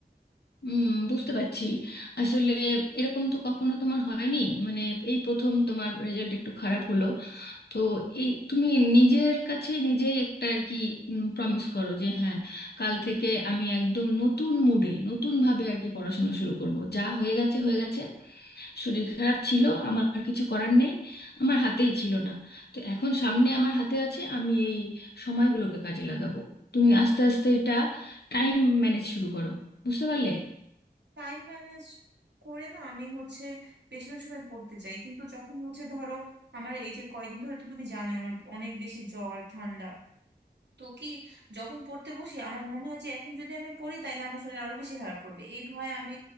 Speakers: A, on the left; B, on the right.
A: হুম বুঝতে পারছি আসলে এরকম তো কখনো তোমার হয়নি মানে এই প্রথম তোমার রেজাল্ট একটু খারাপ হলো তো এই তুমি নিজের কাছে নিজেই একটা আর কি প্রমিস করো যে হ্যাঁ কাল থেকে আমি একদম নতুন মুডে নতুন ভাবে আর কি পড়াশোনা শুরু করব যা হয়ে গেছে হয়ে গেছে শরীর খারাপ ছিল আমার আর কিছু করার নেই আমার হাতেই ছিল না তো এখন সামনে আমার হাতে আছে আমি এই সময়গুলোকে কাজে লাগাবো তুমি আস্তে আস্তে এটা টাইম ম্যানেজ শুরু করো বুঝতে পারলে
B: টাইম ম্যানেজ করে না আমি হচ্ছে বেশিরভাগ সময় পড়তে চাই কিন্তু যখন হচ্ছে ধরো আমার এই যে কয়দিন ধরে তো তুমি জানো আমার অনেক বেশি জ্বর ঠান্ডা তো কি যখন পড়তে বসি আমার মনে হয় যে এখন যদি আমি পড়ি তাহলে আমার শরীর আরো বেশি খারাপ করবে এই ভয়ে আমি